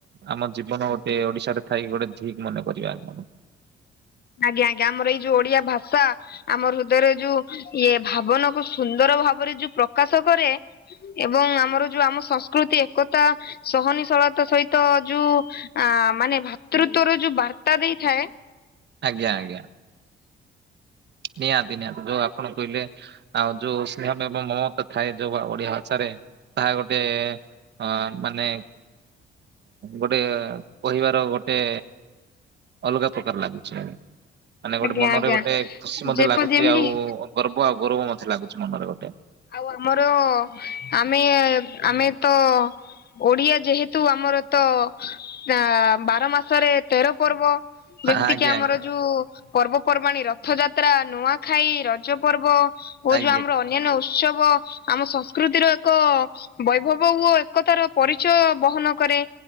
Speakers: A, on the right; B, on the left.
A: ଆମ ଜୀବନ ଗୋଟେ ଓଡିଶାରେ ଥାଇକି ଗୋଟେ ଧିକ ମନେ କରିବା ଆଜ୍ଞା।
B: ଆଜ୍ଞା ଆଜ୍ଞା ଆମର ଏଇ ଯୋଉ ଓଡିଆ ଭାଷା ଆମ ହୃଦୟରେ ଯୋଉ ଇଏ ଭାବନା କୁ ସୁନ୍ଦର ଭାବରେ ଯୋଉ ପ୍ରକାଶ କରେ। ଏବଂ ଆମର ଯୋଉ ଆମ ସଂସ୍କୃତି ଏକତା ସହନିଶିଳତା ସହିତ ଯୁ ଆ ମାନେ ଭ୍ରାତୃତ୍ଵର ଯୋଉ ବାର୍ତ୍ତା ଦେଇଥାଏ।
A: ଆଜ୍ଞା ଆଜ୍ଞା। ନିହାତି ନିହାତି ଯୋଉ ଆପଣ କହିଲେ। ଆଉ ଯୋଉ ସ୍ନେହ ଏବଂ ମମତ ଥାଏ ଯୋଉ ଓଡିଆ ଭାଷାରେ ତାହା ଗୋଟେ ଅ ମାନେ ଗୋଟେ କହିବାର ଗୋଟେ ଅଲଗା ପ୍ରକାର ଲାଗୁଛି ମାନେ ଗୋଟେ
B: ଆଜ୍ଞା
A: ମନରେ
B: ଆଜ୍ଞା
A: ଗୋଟେ ଖୁସି ମଧ୍ୟ
B: ଯେପ
A: ଲାଗୁଛି
B: ଯେମିତି
A: ଆଉ ଗର୍ବ ଆଉ ଗୌରବ ମଧ୍ୟ ଲାଗୁଛି ମନରେ ଗୋଟେ।
B: ଆଉ ଆମର ଆମେ ଆମେ ତ ଓଡିଆ ଯେହେତୁ ଆମର ତ ବାର ମାସରେ ତେର ପର୍ବ। ଯେମିତି
A: ଆଜ୍ଞା
B: କିି ଆମର
A: ଆଜ୍ଞା।
B: ଯୋଉ ପର୍ବପର୍ବାଣିୀ ରଥଯାତ୍ରା ନୂଆଖାଇ ରଜ ପର୍ବ ଓ
A: ଆଜ୍ଞା
B: ଯୋଉ ଆମର ଅନ୍ୟାନ୍ୟ ଉ ଉତ୍ସବ ଆମ ସଂସ୍କୃତିର ଏକ ବୈଭବ ଓ ଏକତାର ପରିଚୟ ବହନ କରେ।